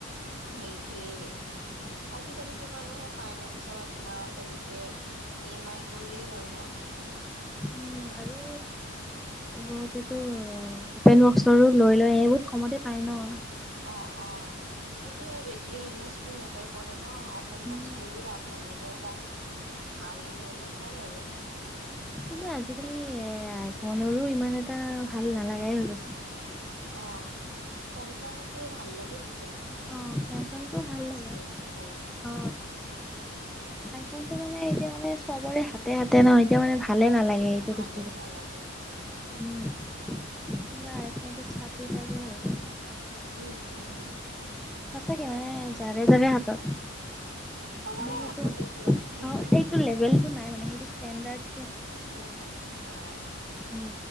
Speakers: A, on the right; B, in the centre.
A: সেইটোৱেই আজিকালিতো মানুহে ফাইনেন্সত তোমাৰ তেনেকে। ই এম আই কৰিয়ে লয় ন।
B: উম আৰু বহুতেতো পেন বক্সৰ লৈ লয়। এই বহুত কমতে পাই ন।
A: অ, অ, কিন্তু সেই বেটৰী এমএচটো মেটাৰ কৰে। ন অপেন
B: সেইবিলাক
A: বক্স লৈও ও লাভ নাই ল'লে এটা ভাল ল'লে হয় আৰু
B: কিন্তু আজিকালি এ আইফনৰো ইমান এটা এটা ভাল নালাগাই হৈ গৈছে।
A: অ চেমচাংটো ভাল লাগে পিছে।
B: আহ চেমচংটো ভাল
A: এছ
B: লাগে
A: টুৱেণ্টি ফ'ৰ
B: অ। আইফোনটো মানে এতিয়া মানে চবৰে হাতে। হাতে হাতে নহ এতিয়া মানে ভালে নালাগে এইটো
A: ভালেই
B: দেখো
A: নালাগে সেইটোৱে
B: উম। তোমাৰ আইফনটো চাপৰি চাপ হৈ গৈছে।
A: উম উম
B: সঁচাকে মানে যাৰে যাৰে হাতত।
A: চবৰে
B: মানে সেইটো
A: হাতত দেখিবা তুমি
B: সেইটো লেভেল টো নাই মানে সেইটো ষ্টেণ্ডাৰ্ডৰ।
A: স্ষ্টেণ্ডাৰ্ডটো নাই।
B: উম